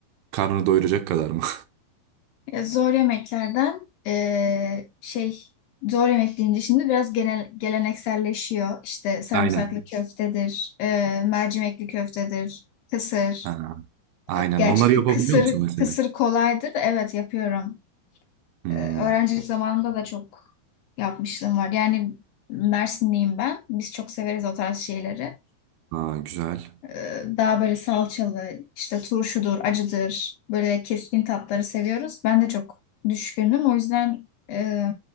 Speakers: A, on the right (about 80°); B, on the left (about 80°).
A: karnını doyuracak kadar mı?
B: E, Zor yemeklerden e, şey zor yemek deyince şimdi biraz genel gelenekselleşiyor. İşte sarımsaklı
A: <laughs> Aynen.
B: köftedir, e, mercimekli köftedir, kısır.
A: Ha, aynen.
B: Gerçi
A: Onları
B: kı-
A: yapabiliyor
B: kısır,
A: musun mesela?
B: kısır kolaydır. Evet yapıyorum.
A: Hmm.
B: Ee, öğrencilik zamanımda da çok yapmışlığım var. Yani Mersinliyim ben. Biz çok severiz o tarz şeyleri.
A: Ha, güzel.
B: Ee, daha böyle salçalı, işte turşudur, acıdır. Böyle keskin tatları seviyoruz. Ben de çok düşkünüm. O yüzden e,